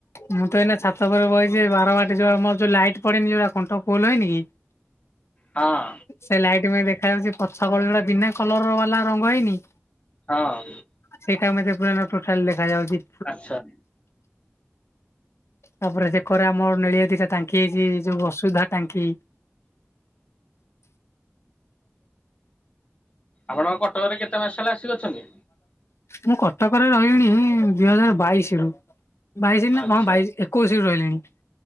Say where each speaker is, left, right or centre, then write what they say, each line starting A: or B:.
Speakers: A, on the left; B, on the left.
A: ମୁଁ ତ ଏଇନା ଛାତ ଉପରେ ବଇଚି, ବାର ବାଟି ଯିବ ମୋର ଯୋଉ ଲାଇଟ ପଡେନି, ଯୋଉଟା ଖୁଣ୍ଟ ଫୋଲ ହେଇନି କି? <inaudible>
B: ହଁ।
A: ସେ ଲାଇଟ୍ ପାଇଁ ଦେଖାଯାଉଛି ପଛପଟ ଟା ବିନା କଲର୍ ବାଲା ରଙ୍ଗ ହେଇନି।
B: ହଁ।
A: ସେଇଟା ମୋତେ ପୁରା ନା ଟୋଟାଲ୍ ଦେଖାଯାଉଛି।
B: ଆଚ୍ଛା।
A: ତାପରେ ସେକରେ ଆମର ନେଳିଆ ଦିସା ତାଇଁ। କିଏ ଯେ ଯୋଉ ବସୁଧା ଟାଙ୍କି।
B: ଆପଣ କଟକରେ କେତେ ମାସ ହେଲା ଆସିିକି ଅଛନ୍ତି?
A: ମୁଁ କଟକରେ ରହିଲିଣି ଦୁଇ ହଜାର ବାଇଶି ରୁ। ବାଇଶି ନା
B: ଆଚ୍ଛା
A: ହଁ ବାଇଶି ଏ ଏକୋଇଶି ରୁ ରହିଲିଣି।